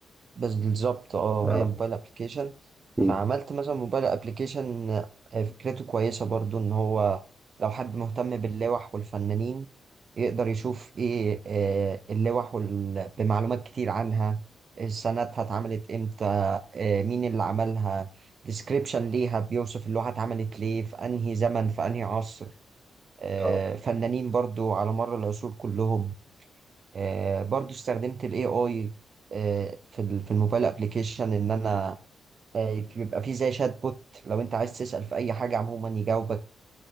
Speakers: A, on the right (about 45°); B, on the right (about 20°).
A: بس بالظبط اه
B: اه
A: هي موبايل ابلكيشن
B: مم.
A: فعملت مثلا موبايل ابلكيشن فكرته كويسة برضو ان هو لو حد مهتم باللوح والفنانين يقدر يشوف ايه آه، اللوح وال... بمعلومات كتير عنها سنتها اتعملت امتى آه، مين اللي عملها ديسكريبشن ليها بيوصف اللوحة اتعملت ليه في انهي زمن في انهي عصر آه،
B: اه
A: فنانين برضو على مر العصور كلهم آه، برضو استخدمت الاي اي في ال- في الموبايل ابلكيشن ان انا آه، بيبقى فيه زي شات بوت لو انت عايز تسأل في اي حاجة عموما يجاوبك